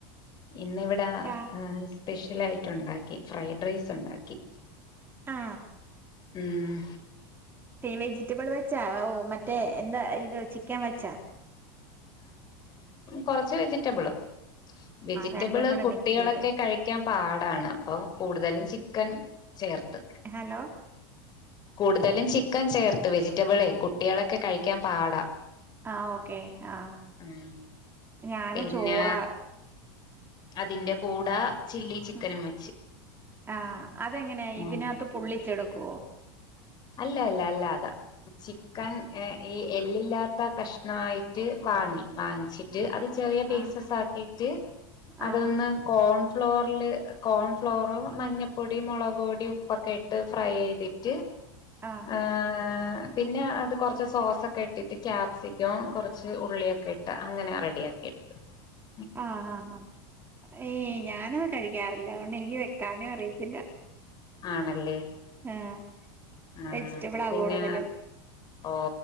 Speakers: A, on the left; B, on the right.
A: ഇന്നിവിടെ
B: ആഹ്
A: <unintelligible> സ്പെഷ്യൽ ആയിട്ട് ഉണ്ടാക്കി ഫ്രൈഡ് റൈസ് ഉണ്ടാക്കി
B: ആ
A: ഉം
B: വെജിറ്റബിൾ വെച്ചാ ഓ മറ്റേ എന്താ ഇത് ചിക്കൻ വച്ച
A: കുറച്ച് വെജിറ്റബിളും വെജിറ്റബിള്
B: രണ്ടും കൂടെ
A: കുട്ടികളൊക്കെ
B: മിക്സ് ചെയ്ത്
A: കഴിക്കാൻ പാടാണ് അപ്പൊ കൂടുതലും ചി ക്കൻ ചേർത്ത്
B: ഹലോ
A: കൂടുതലും ചിക്കൻ ചേർത്ത് വെജിറ്റബിളേ കുട്ടികളൊക്കെ കഴിക്കാൻ പാടാ
B: ആ ഓക്കെ ആ
A: ഉം
B: ഞൻ
A: പിന്നെ
B: ചോറാ
A: അതിന്റെ കൂടെ ചില്ലി ചിക്കനും
B: ഉം
A: വെച്ച്
B: ആ അതെങ്ങനെയ ഇതിനകത്ത്
A: ഉം
B: പുള്ളിച്ചെടു കോ
A: അല്ല അല്ല അല്ല അതാ ചിക്കൻ ഈ എല്ലില്ലാത്ത കഷ്ണമായിട്ട് വാങ്ങി വാങ്ങിച്ചിട്ട് അത് ചെറിയ പീസസ്
B: ആഹ്
A: ആക്കിട്ട് അതൊന്ന്
B: ആഹ്
A: കോൺ ഫ്ലോറിില് കോൺ ഫ്ലോർ മഞ്ഞപ്പൊടി മുളക് പൊടി ഉപ്പൊക്കെ ഇട്ട് ഫ്രൈ ചെയ്തിട്ട്
B: ആഹ്
A: ആ പിന്നെ അത് കുറച്ച് സോസൊക്കെ ഇട്ടിട്ട് ക്യാപ്സിക്കം കുറച്ച് ഉള്ളിയൊ ക്ക ഇട്ട് അങ്ങനെ റെഡി <unintelligible>
B: ആ ആഹ് ആാ ഏ ഞാനത് കഴിക്കാറില്ല <unintelligible> നെയ്യ് വക്കാനും അറിയത്തില്ല
A: ആണല്ലേ
B: ആഹ്
A: ആ
B: വെജിറ്റബിളാ
A: പിന്നെ
B: കൂടുതലും
A: ഓ